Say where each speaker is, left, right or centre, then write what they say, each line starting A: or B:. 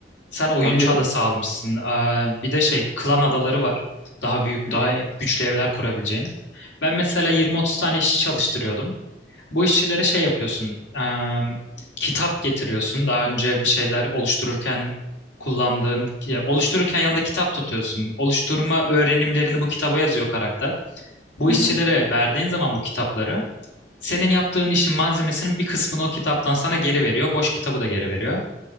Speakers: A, on the left; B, on the left.
A: Sen oyuncu
B: Hadi ya.
A: adası almışsın. Ee, bir de şey klan adaları var. Daha büyük,
B: Hı
A: daha
B: hı.
A: güçlü evler kurabileceğin. Ben mesela 20-30 tane işçi çalıştırıyordum. Bu işçilere şey yapıyorsun. e, kitap getiriyorsun. Daha önce bir şeyler oluştururken kullandığın, ya oluştururken yanında kitap tutuyorsun. Oluşturma öğrenimlerini bu kitaba yazıyor karakter. Bu
B: Hı
A: işçilere
B: hı.
A: verdiğin zaman bu kitapları senin yaptığın işin malzemesinin bir kısmını o kitaptan sana geri veriyor. Boş kitabı da geri veriyor.